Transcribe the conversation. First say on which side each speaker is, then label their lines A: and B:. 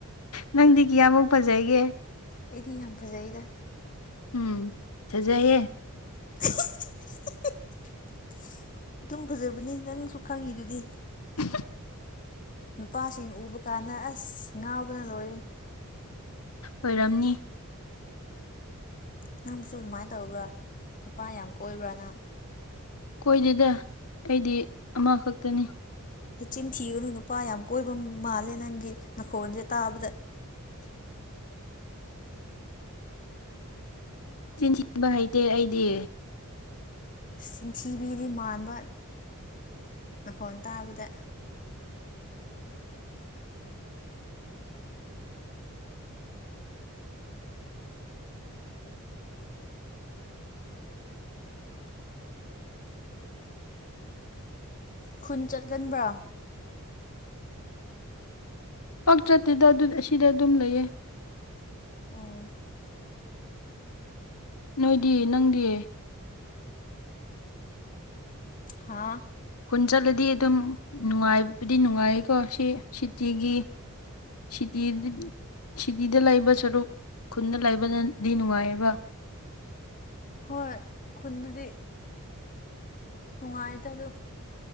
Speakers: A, on the left; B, on the left.
A: ꯅꯪꯗꯤ ꯀꯤꯌꯥꯃꯨꯛ ꯐꯖꯒꯦ
B: ꯑꯩꯗꯤ ꯌꯥꯝ ꯐꯖꯩꯗ
A: ꯎꯝ ꯆꯖꯌꯦꯦ
B: <inaudible> ꯑꯗꯨꯝ ꯐꯖꯕꯅꯦ ꯅꯪꯁꯨ ꯈꯪꯉꯤꯗꯨꯗꯤ
A: <inaudible>
B: ꯅꯨꯄꯥꯁꯤꯡ ꯎꯕ ꯀꯥꯟꯗ ꯑꯁ ꯉꯥꯎꯕꯅ ꯂꯣꯏꯔꯦ
A: ꯑꯣꯏꯔꯝꯅꯤ
B: ꯅꯪꯕꯨꯁꯨ ꯑꯗꯨꯃꯥꯏꯅ ꯇꯧꯕ꯭ꯔꯥ ꯅꯨꯄꯥ ꯌꯥꯝ ꯀꯣꯏꯕ꯭ꯔꯅ
A: ꯀꯣꯏꯗꯦꯗ ꯑꯩꯗꯤ ꯑꯃꯈꯛꯇꯅꯤ
B: ꯆꯤꯟ ꯊꯤꯒꯅꯨ ꯅꯨꯄꯥ ꯌꯥꯝ ꯀꯣꯏꯕ ꯃꯥꯜꯂꯦ ꯅꯪꯒꯤ ꯅꯥꯈꯣꯟꯁꯦ ꯇꯥꯕꯗ <inaudible>
A: ꯆꯤꯟꯊꯤꯟꯕ ꯍꯩꯇꯦ ꯑꯩꯗꯤ
B: ꯆꯤꯟꯊꯤꯕꯤꯗꯤ ꯃꯥꯟꯕ ꯅꯅꯥꯈꯣꯟ ꯇꯥꯕꯗ ꯈꯨꯟ ꯆꯠꯒꯟꯕ꯭ꯔꯥ
A: ꯄꯇ꯭ꯔꯠꯇꯤꯗ ꯑꯁꯤꯗ ꯑꯗꯨꯝ ꯂꯩꯌꯦ
B: ꯑꯣ
A: ꯅꯣꯏꯗꯤ ꯅꯪꯗꯤ
B: ꯍꯥꯥ
A: ꯄꯨꯟ ꯆꯠꯂꯗꯤ ꯑꯗꯨꯝ ꯅꯨꯡꯉꯥꯏꯕꯗꯤ ꯅꯨꯡꯉꯥꯏꯀꯣ ꯁꯤ ꯁꯤꯇꯤꯒꯤ ꯁꯤꯇ ꯁꯤꯇꯤꯗ ꯂꯩꯕ ꯁꯔꯨꯛ ꯈꯨꯟꯗ ꯂꯩꯕꯅꯗꯤ ꯅꯨꯡꯉꯥꯏꯑꯕ
B: ꯍꯣꯏ ꯈꯨꯟꯅꯗꯤ ꯅꯨꯡꯉꯥꯏꯗ ꯑꯗꯨ